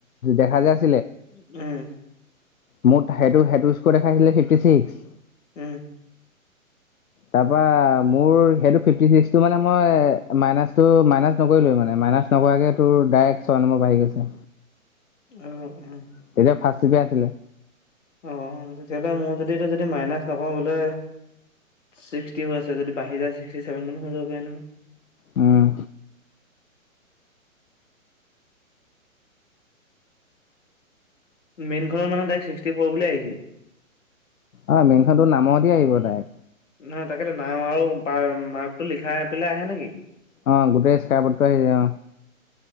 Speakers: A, on the left (about 80°); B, on the left (about 60°).
A: দেখা যায়।
B: উম।
A: মোক সেইটো, সেইটো স্কৰ দেখাইছিলে ফিফটি ছিক্স।
B: উম।
A: তাৰ পৰা মোৰ সেইটো ফিফটি চিস্ক মানে মই মাইচ মই নকৰিলো মানে মাইচ নহাকৈ বাৰহি গৈছে।
B: উ উম।
A: তেতিয়া <unintelligible> আছিলে।
B: অ' তেতিয়াহ'লে মোৰ যদি যদি মাইনাচ নকওঁ, বোলে ছিক্সটি হৈ আছে যদি বাঢ়ি ছিক্সটি চেভেন মান হৈ যাব পৰে নহয়।
A: উম।
B: মেইন খনৰ মানে তাইক ছিক্সটি ফ'ৰ বুলি আহিছে।
A: অ' মেইন খনতটো নামতে আহিব তাই।
B: না অ' তাকেইতো‌ নাও আৰু মাৰ্কটো লিখাই পেলাই আহে নেকি
A: অ' গোটেই স্কাইপৰ্টো আহিছে অ'